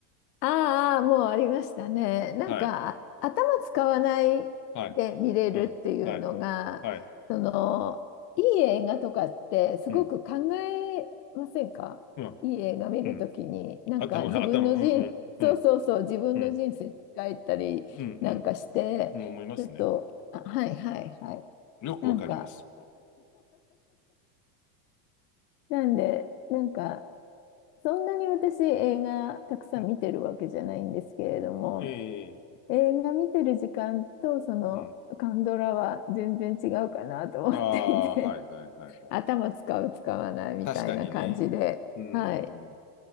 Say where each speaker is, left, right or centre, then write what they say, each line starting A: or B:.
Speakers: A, on the left; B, on the left.
A: ああ、もうありましたね。なんか、
B: はい。
A: あ頭使わないで見れるっていうのが、
B: はい。うん。はい。はい。
A: その、いい映画とかってすごく考えませんかいい映画見るときに、
B: うん。うん。うん
A: なんか自分の人、
B: 頭、頭、うん、
A: そうそうそう、
B: うん、うん、
A: 自分の人生変いたりなんかして、
B: うん、うん、うん、思いますね。
A: ちょっと、あ、はいはいはい。
B: よくわかります。
A: なんか、なんで、なんか、そんなに私映画たくさん見てるわけじゃないんですけれども、
B: うん。ええ
A: 映画見てる時間とそのカンドラは全然違うかなと思っていて
B: うん。ああ、はいはいはいは
A: <laughs> 頭使う使わないみたいな感じではい
B: い。確かにね。うんうん。